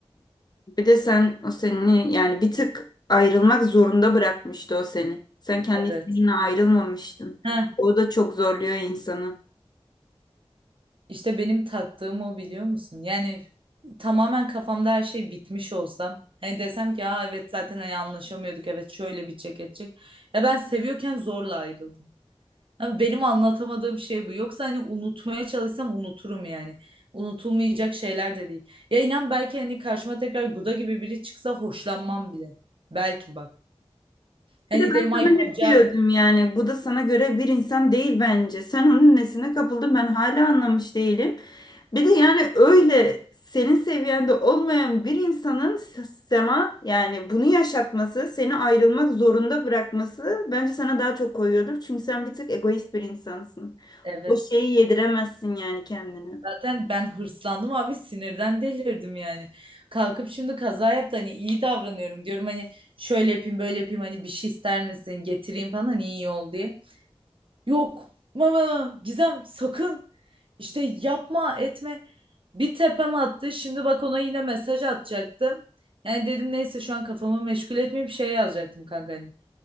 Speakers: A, on the left (about 40°); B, on the right (about 60°).
A: Bir de sen o seni yani bir tık ayrılmak zorunda bırakmıştı o seni. Sen kendi isteğinle
B: Evet.
A: ayrılmamıştın.
B: Heh,
A: O da çok zorluyor insanı.
B: İşte benim taktığım o biliyor musun? Yani tamamen kafamda her şey bitmiş olsam. Hani desem ki Aa, evet zaten hani anlaşamıyorduk evet şöyle bitecek edecek. Ya ben seviyorken zorla ayrıldım. Ama benim anlatamadığım şey bu. Yoksa hani unutmaya çalışsam unuturum yani. Unutulmayacak şeyler de değil. Ya inan belki hani karşıma tekrar Guda gibi biri çıksa hoşlanmam bile. Belki bak. Hani
A: Bir de ben
B: derim
A: sana
B: ay bacağı.
A: hep diyordum yani bu da sana göre bir insan değil bence. Sen onun nesine kapıldın ben hala anlamış değilim. Bir de yani öyle senin seviyende olmayan bir insanın s- sana yani bunu yaşatması, seni ayrılmak zorunda bırakması bence sana daha çok koyuyordur. Çünkü sen bir tık egoist bir insansın.
B: Evet.
A: O şeyi yediremezsin yani kendine.
B: Zaten ben hırslandım abi sinirden delirdim yani. Kalkıp şimdi kaza yaptı hani iyi davranıyorum diyorum hani şöyle yapayım böyle yapayım hani bir şey ister misin getireyim falan hani iyi ol diye. Yok mama Gizem sakın işte yapma etme bir tepem attı şimdi bak ona yine mesaj atacaktım. Yani dedim neyse şu an kafamı meşgul etmeyeyim şey yazacaktım kanka hani.